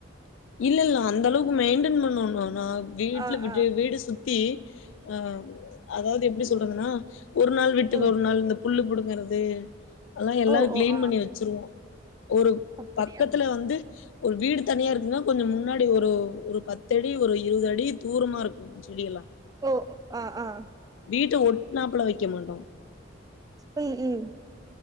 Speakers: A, on the left (about 75°); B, on the right (about 20°).
A: இல்ல இல்ல அந்த அளவுக்கு மெயின்டென் பண்ணனு நா வீட்ல
B: ஆ
A: விட்டு
B: ஆ
A: வீடு சுத்தி ஆ அதாவது எப்டி சொல்றதுன்னா ஒரு நாள் விட்டு
B: ம்
A: ஒரு நாள் இந்த புல்லு புடுங்குறது அதல்லா எல்லா
B: ஓ
A: கிளீன்
B: ஓ ஆ
A: பண்ணி வச்சிருவோ ஒரு
B: அப்டியா
A: பக்கத்துல வந்து ஒரு வீடு தனியா இருக்குன்னா கொஞ்சோ முன்னாடி ஒரு ஒரு பத்தடி ஒரு இருவது அடி தூரமா இருக் கு செடியெல்லா
B: ஓ ஆ ஆ
A: வீட்ட ஒட்நாப்ல வைக்க மாட்டோ
B: ம் ம்